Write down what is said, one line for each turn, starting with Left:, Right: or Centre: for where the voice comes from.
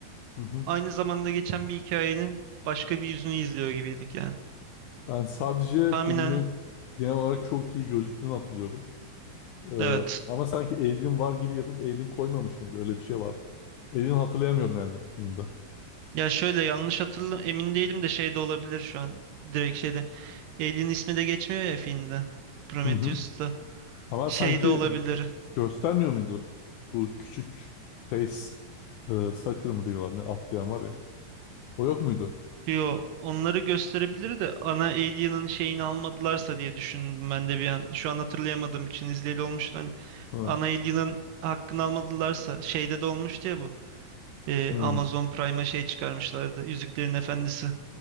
Left: Hı hı.
Right: aynı zamanda geçen bir hikayenin başka bir yüzünü izliyor gibiydik yani.
Left: Ben sadece
Right: Tahminen
Left: filmin genel olarak çok iyi gözüktüğünü hatırlıyorum. Ee,
Right: evet.
Left: ama sanki Alien var gibi yapıp Alien koymamış mıydı? Öyle bir şey vardı. Alien hatırlayamıyorum yani filmde.
Right: Ya şöyle yanlış hatırlam emin değilim de şey de olabilir şu an. Direkt şeyde. Alien ismi de geçmiyor ya filmde. Prometheus'ta.
Left: Hı hı. Ama
Right: Şey
Left: sanki
Right: de olabilir.
Left: göstermiyor muydu? Bu küçük face e, sucker mı diyorlar ne atlayan var ya. O yok muydu?
Right: Yo, onları gösterebilir de ana Alien'ın şeyini almadılarsa diye düşündüm ben de bir an. Şu an hatırlayamadığım için izleyeli olmuştu. Hani
Left: Ha.
Right: ana Alien'ın hakkını almadılarsa şeyde de olmuştu ya bu. Ee,
Left: Hı.
Right: Amazon Prime'a şey çıkarmışlardı. Yüzüklerin Efendisi.